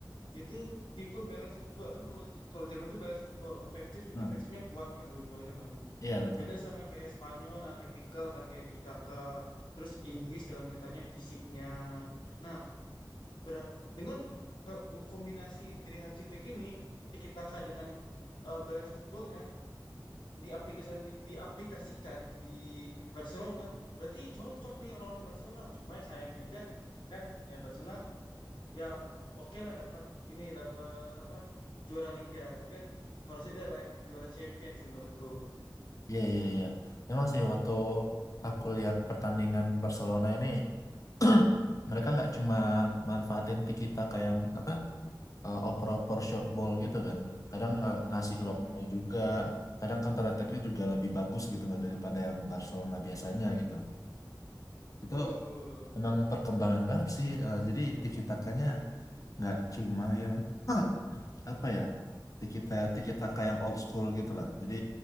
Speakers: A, on the left (about 75°); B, on the left (about 45°).
A: dia tuh tipe balance football kan kalau kalau Jerman tuh balance football ofensif sama
B: Nah,
A: defensifnya kuat kan dua-duanya kan
B: iya betul.
A: beda sama kayak Spanyol yang taktikal kan kayak tiki-taka terus Inggris dengan katanya fisiknya nah bera- dengan ke- kombinasi dari Hansi Flick ini tiki-taka dengan eh, balance footballnya diaplikasikan di, diaplikasikan di Barcelona berarti cocok nih orang-orang Barcelona cuma ya sayangnya aja kan ya Barcelona ya oke lah dapat ini dapat apa juara Liga tapi kan harusnya dia like juara champion sih menurutku
B: Iya, iya, iya. Emang sih waktu aku lihat pertandingan Barcelona ini <clears throat> mereka nggak cuma manfaatin Tiki Taka yang apa? eh, oper-oper short ball gitu kan. Kadang nggak ngasih
A: Mhm,
B: long ball juga. Kadang counter attack-nya juga lebih bagus gitu loh daripada yang Barcelona biasanya gitu.
A: betul
B: Itu emang perkembangan banget sih. Eh, jadi tiki takanya nggak cuma yang <clears throat> apa ya? Tiki ta- tiki taka yang old school gitu lah. Jadi